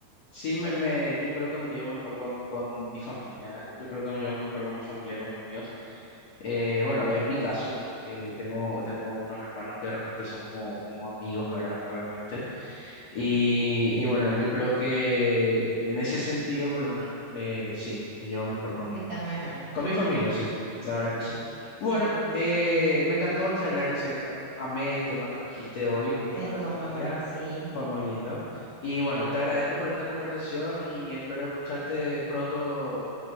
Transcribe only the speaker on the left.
sí me, me, yo creo que me llevo mejor con, con mi familia. ¿eh? Yo creo que me llevo mejor con mi familia, con mis amigos. Eh, bueno, en mi caso, eh, tengo, tengo unos hermanos que de repente son como, como amigos, ¿verdad? Realmente. Y, y bueno, yo creo que en ese sentido, por lo menos, eh, sí, me llevo mejor con,
con
mi familia, sí, la verdad que
sí.
Bueno, eh, me encantó charlar, en serio, me, amé el tema que trajiste hoy, el tema
de la familia,
fue muy lindo. Y bueno, te agradezco por esta conversación y espero escucharte pronto